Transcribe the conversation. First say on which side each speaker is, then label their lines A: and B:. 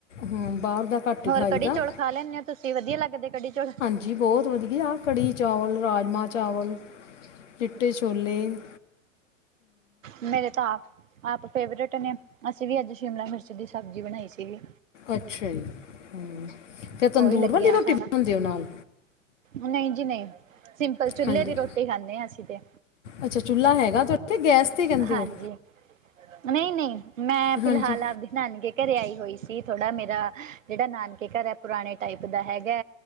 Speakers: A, on the left; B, on the right.
A: ਹੂੰ ਬਾਹਰ ਦਾ ਘੱਟ ਹੀ
B: ਹੋਰ
A: ਖਾਈਦਾ
B: ਕੜੀ ਚੋਲ ਖਾ ਲੈਂਦੇ ਹੋ ਤੁਸੀਂ ਵਧੀਆ ਲੱਗਦੇ ਕੜੀ ਚੋਲ
A: ਜੀ ਬਹੁਤ ਵਧੀਆ ਕੜੀ ਚਾਵਲ ਰਾਜਮਾਂ ਚਾਵਲ ਚਿੱਟੇ ਛੋਲੇ ਹਮ।
B: ਮੇਰੇ ਤਾਂ ਆਪ ਆਪ ਫੇਵਰੇਟ ਨੇ ਅਸੀਂ ਵੀ ਅੱਜ ਸ਼ਿਮਲਾ ਮਿਰਚ ਦੀ ਸਬਜ਼ੀ ਬਣਾਈ ਸੀਗੀ।
A: ਅੱਛਾ ਜੀ ਹ ਫਿਰ ਤੰਦੂਰ
B: ਉਹੀ ਲੱਗਿਆ
A: ਵਾਲੀ ਰੋਟੀ
B: ਖਾਣਾ
A: ਬਣਾਉਂਦੇ ਹੋ ਨਾਲ
B: ਨਹੀਂ ਜੀ ਨਹੀਂ ਸਿੰਪਲ ਚੁੱਲੇ
A: ਹਾਂਜੀ
B: ਦੀ ਰੋਟੀ ਖਾਂਦੇ ਹਾਂ ਅਸੀਂ ਤੇ,
A: ਅੱਛਾ ਚੁੱਲ੍ਹਾ ਹੈਗਾ ਥੋੜਾ ਗੈਸ 'ਤੇ ਕਹਿੰਦੇ
B: ਹਾਂਜੀ
A: ਹੋ
B: ਨਹੀਂ-ਨਹੀਂ ਮੈਂ ਫਿਲਹਾਲ
A: ਹਾਂਜੀ
B: ਆਪਦੀ ਨਾਨਕੇ ਘਰੇ ਆਈ ਹੋਈ ਸੀ। ਥੋੜ੍ਹਾ ਮੇਰਾ ਜਿਹੜਾ ਨਾਨਕੇ ਘਰ ਹੈ, ਪੁਰਾਣੇ ਟਾਈਪ ਦਾ ਹੈਗਾ